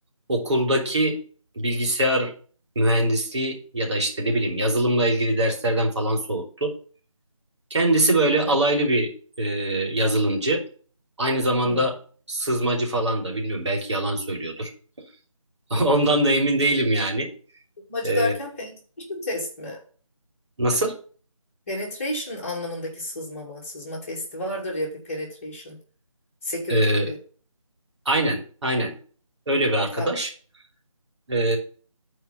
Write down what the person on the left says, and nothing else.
Ne?
Hmm.
Sızmacı
derken penetration test mi?
Penetration anlamındaki sızma mı? Sızma testi vardır ya bir penetration. Security
gibi.
Tamam.